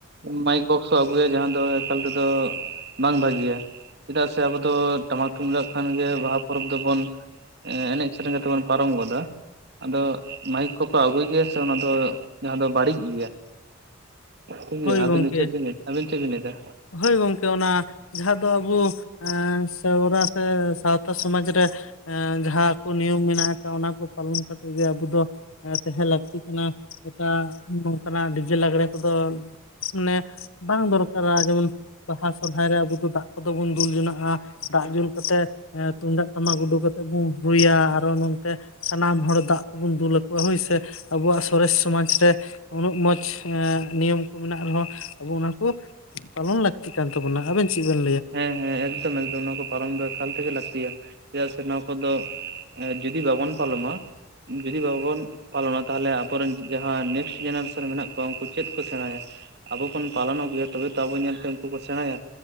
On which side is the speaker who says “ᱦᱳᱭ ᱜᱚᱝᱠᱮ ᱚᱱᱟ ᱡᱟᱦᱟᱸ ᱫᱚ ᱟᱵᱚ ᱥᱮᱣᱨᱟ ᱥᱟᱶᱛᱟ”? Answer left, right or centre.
Left